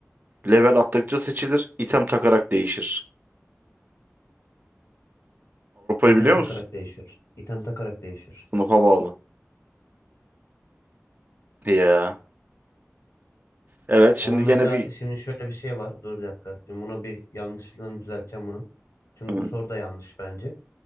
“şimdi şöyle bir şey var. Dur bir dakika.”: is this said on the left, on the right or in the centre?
Left